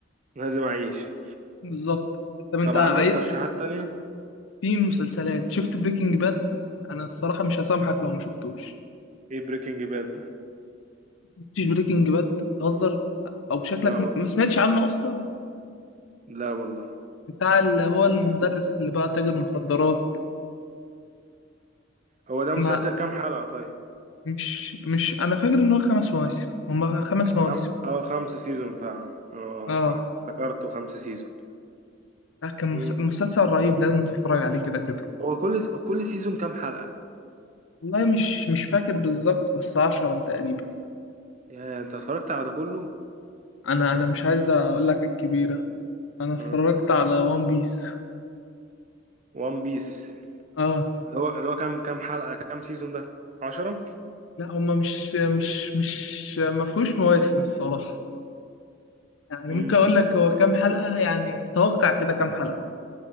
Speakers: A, on the right; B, on the left.
A: لازم اعيش
B: بالظبط طب انت
A: طب
B: عاي...
A: عندك ترشيحات تانية؟
B: في مسلسلات شفت بريكنج باد انا الصراحه مش هسامحك لو ما شفتوش
A: ايه بريكنج باد ده؟
B: شفتش بريكنج باد تهزر او شكلك
A: لا والله
B: ما ما سمعتش عنه اصلا
A: لا والله
B: بتاع اللي هو المدرس اللي بقى تاجر مخدرات
A: هو ده مسلسل
B: ما
A: كام حلقة طيب
B: مش مش انا فاكر ان هو خمس مواسم هم خمس مواسم
A: خم... اه خمسة سيزون فعلا اه
B: اه
A: صح افتكرته خمسة سيزون
B: لا، كان
A: امم
B: مس- مسلسل رهيب لازم تتفرج عليه كده كده
A: هو كل س... كل سيزون كام حلقة
B: والله مش مش فاكر بالظبط بس عشرة تقريبا
A: يعني انت اتفرجت على ده كله
B: انا انا مش عايز اقول لك الكبيرة انا اتفرجت
A: اه
B: على وان بيس
A: وان بيس
B: اه
A: اللي هو اللي هو كام كام حلقة كام سيزون ده عشرة
B: لا هم مش مش مش ما فيهوش مواسم الصراحة يعني
A: امم
B: ممكن اقول لك هو كام حلقة يعني توقع كده كام حلقة